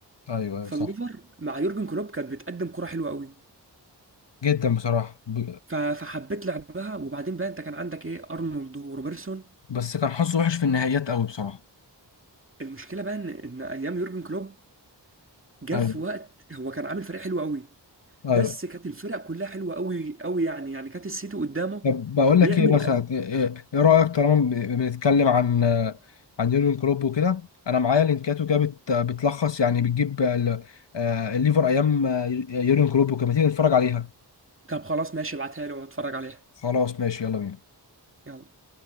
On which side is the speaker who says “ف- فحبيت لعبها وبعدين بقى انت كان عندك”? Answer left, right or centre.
Right